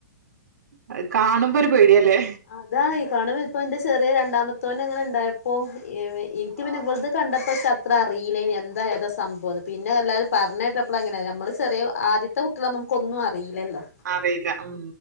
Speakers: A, on the right; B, on the left.
A: അഹ് കാണുമ്പോ ഒരു പേടിയാലേ
B: അതാണ് കാണുമ്പോ ഇപ്പൊ ഇന്റെ ചെറിയ രണ്ടാമത്തോന് അങ്ങനെ ഇണ്ടായപ്പോ എ വെ ഇന്ക്ക്
A: ആഹ്
B: പിന്നെ ഇവള്ത് കണ്ടപ്പോ ഇച്ചത്ര അറിയില്ലേനി എന്താ ഏതാ സംഭവന്ന് പിന്നെ അതല്ലാരും പറഞ്ഞേട്ടപ്പള് അങ്ങനേണ് ഞമ്മള് ചെറിയെ ആദ്യ ത്തെ കുട്ടിയളാവുമ്പം അമ്മക്കൊന്നും അറിയില്ലല്ലോ
A: അറിയില്ല ഉം